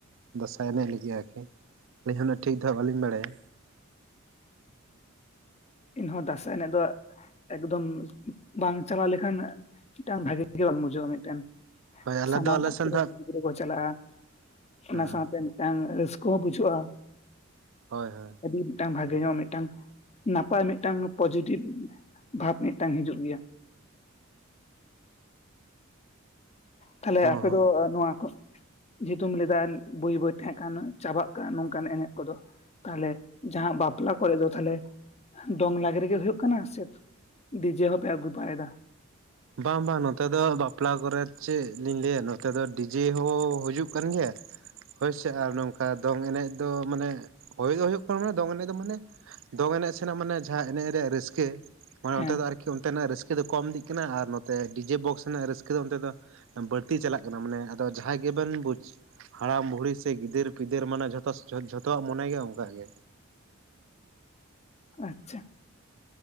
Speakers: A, on the right; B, on the left.
A: ᱫᱟᱸᱥᱟᱭ ᱮᱱᱮᱡ ᱞᱟᱹᱜᱤᱫ ᱟᱨᱠᱤ ᱟᱹᱞᱤᱧ ᱦᱚᱸᱱᱟᱜ ᱴᱷᱤᱠ ᱫᱚ ᱦᱟᱸᱜ ᱵᱟᱹᱞᱤᱧ ᱵᱟᱰᱟᱭᱟ
B: ᱮᱤᱦᱚᱸ ᱫᱟᱸᱥᱟᱭ ᱮᱱᱮᱡ ᱫᱚ ᱮᱠᱫᱚᱢ ᱵᱟᱝ ᱪᱟᱞᱟᱣ ᱞᱮᱠᱷᱟᱱ ᱢᱤᱫᱴᱟᱝ ᱵᱷᱟᱜᱮ ᱜᱮ ᱵᱟᱝ ᱵᱩᱡᱷᱟᱹᱜᱼᱟ ᱢᱤᱫᱴᱮᱱ
A: ᱦᱳᱭ ᱟᱞᱮ
B: ᱥᱟᱱᱟᱢ
A: ᱫᱚ ᱟᱞᱮ
B: ᱟᱛᱩ
A: ᱥᱮᱱ
B: ᱨᱮᱱ
A: ᱫᱚ
B: ᱜᱮ ᱛᱤ ᱨᱮ ᱠᱚ ᱪᱟᱞᱟᱜᱼᱟ ᱚᱱᱟ
A: ᱦᱟᱸᱜ
B: ᱥᱟᱶᱛᱮ ᱢᱤᱫᱴᱟᱝ ᱨᱟᱹᱥᱠᱟᱹ ᱦᱚᱸ ᱵᱩᱡᱷᱟᱹᱜᱼᱟ
A: ᱦᱳᱭ ᱦᱳᱭ
B: ᱟᱹᱰᱤ ᱢᱤᱫᱴᱟᱝ ᱵᱷᱟᱜᱮ ᱧᱚᱜ ᱢᱤᱫᱴᱟᱝ ᱱᱟᱯᱟᱭ ᱢᱤᱫᱴᱟᱝ ᱯᱚᱡᱮᱴᱤᱵᱽ ᱵᱷᱟᱵᱽ ᱢᱤᱫᱴᱟᱝ ᱦᱤᱡᱩᱜ ᱜᱮᱭᱟ ᱛᱟᱦᱞᱮ
A: ᱦᱚᱸ
B: ᱟᱯᱮ
A: ᱦᱚᱸ
B: ᱫᱚ ᱱᱚᱣᱟ ᱠᱚ ᱡᱮᱦᱮᱛᱩᱢ ᱞᱮᱫᱟ ᱵᱟᱹᱭ ᱵᱟᱹᱭ ᱛᱟᱦᱮᱸ ᱠᱟᱜ ᱩᱱᱟᱹᱜ ᱪᱟᱵᱟᱜ ᱠᱟᱱ ᱱᱚᱝᱠᱟᱱ ᱮᱱᱮᱡ ᱠᱚᱫᱚ ᱛᱟᱦᱞᱮ ᱡᱟᱦᱟᱸ ᱵᱟᱯᱞᱟ ᱠᱚᱨᱮ ᱫᱚ ᱛᱟᱦᱞᱮ ᱫᱚᱝ ᱞᱟᱜᱽᱲᱮᱜᱮ ᱦᱩᱭᱩᱜ ᱠᱟᱱᱟ ᱥᱮ ᱰᱤᱡᱮ ᱦᱚᱸᱯᱮ ᱟᱹᱜᱩ ᱵᱟᱭᱫᱟ
A: ᱵᱟᱝ ᱵᱟᱝ ᱱᱚᱛᱮ ᱫᱚ ᱵᱟᱯ ᱵᱟᱯᱞᱟ ᱠᱚᱨᱮ ᱪᱮᱫ ᱞᱤᱧ ᱞᱟᱹᱭᱟ ᱱᱚᱛᱮ ᱫᱚ ᱰᱤᱡᱮ ᱦᱚᱸ ᱦᱩᱭᱩᱜ ᱠᱟᱱ ᱜᱮᱭᱟ ᱦᱳᱭᱥᱮ ᱟᱨ ᱱᱚᱝᱠᱟ ᱫᱚᱝ ᱮᱱᱮᱡ ᱫᱚ ᱢᱟᱱᱮ ᱦᱭ ᱫᱚ ᱦᱳᱭᱳᱜ ᱠᱟᱱᱟ ᱢᱟᱱᱮ ᱫᱚᱝ ᱮᱱᱮᱡ ᱫᱚ ᱢᱟᱱᱮ ᱫᱚᱝ ᱮᱱᱮᱡ ᱥᱮᱱᱟᱜ ᱢᱟᱱᱮ ᱡᱟᱦᱟᱸ ᱮᱱᱮᱡ ᱨᱮᱭᱟᱜ ᱨᱟᱹᱥᱠᱟᱹ ᱢᱟᱱᱮ
B: ᱦᱮᱸ
A: ᱚᱱᱛᱮ ᱫᱚ ᱟᱨᱠᱤ ᱚᱱᱛᱮᱱᱟᱜ ᱨᱟᱹᱥᱠᱟᱹ ᱫᱚ ᱠᱚᱢ ᱫᱤᱜ ᱠᱟᱱᱟ ᱟᱨ ᱱᱚᱛᱮ ᱰᱤᱡᱮ ᱵᱚᱠᱥ ᱨᱮᱱᱟᱜ ᱨᱟᱹᱥᱠᱟᱹ ᱫᱚ ᱚᱱᱛᱮ ᱫᱚ ᱵᱟᱹᱲᱛᱤ ᱪᱟᱞᱟᱜ ᱠᱟᱱᱟ ᱢᱟᱱᱮ ᱟᱫᱚ ᱡᱟᱦᱟᱸᱭ ᱜᱮᱵᱮᱱ ᱵᱩᱡᱽ ᱦᱟᱲᱟᱢ ᱵᱩᱲᱦᱤ ᱥᱮ ᱜᱤᱫᱟᱹᱨ ᱯᱤᱫᱟᱹᱨ ᱢᱟᱱᱮ ᱡᱚᱛᱚ ᱡᱷᱚᱛᱚᱣᱟᱜ ᱢᱚᱱᱮ ᱜᱮ ᱚᱱᱠ ᱜᱮ
B: ᱟᱪᱷᱟ